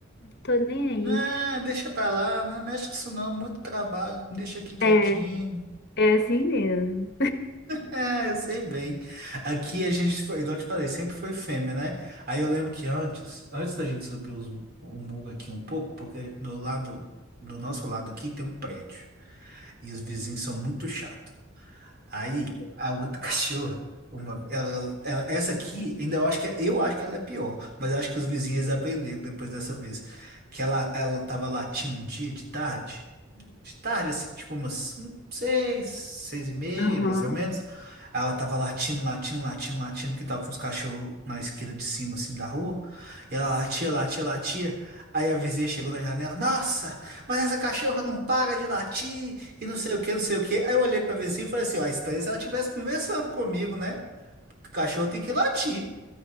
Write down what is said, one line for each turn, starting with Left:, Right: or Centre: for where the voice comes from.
Left: tô nem aí.
Right: Não, deixa pra lá, não mexe com isso não, muito trabalho, deixa aqui quietinho.
Left: É, é assim mesmo.
Right: É, eu sei bem. Aqui a gente foi, igual eu te falei, sempre foi fêmea, né? Aí eu lembro que antes, antes da gente subir os- o muro aqui um pouco, porque do lado, do nosso lado aqui tem um prédio e os vizinhos são muito chatos. Aí a outra <laughs> cachorra, uma, ela, ela- essa aqui, ainda eu acho que é, eu acho que ela é pior, mas eu acho que os vizinhos aprenderam depois dessa vez que ela, ela tava latindo um dia de tarde de tarde, assim, tipo umas seis, seis e meia,
Left: Aham.
Right: mais ou menos. Aí Ela tava latindo, latindo, latindo, latindo, que tava uns cachorros na esquina de cima, assim, da rua. E ela latia, latia, latia. Aí a vizinha chegou na janela, nossa, mas essa cachorra não para de latir, e não sei o que, não sei o que. Aí eu olhei pra vizinha e falei assim, ó, a estranha se ela estivesse conversando comigo, né? Porque o cachorro tem que latir.